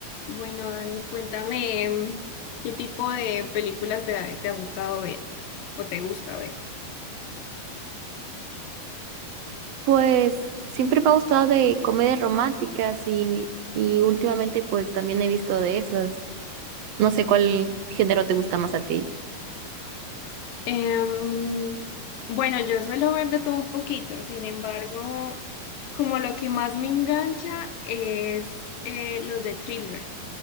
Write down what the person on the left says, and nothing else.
Bueno, Dani, cuéntame em, qué tipo de películas te, ha te ha gustado ver o te gusta ver.
Em, bueno, yo suelo ver de todo un poquito, sin embargo, como lo que más me engancha es eh, los de thriller,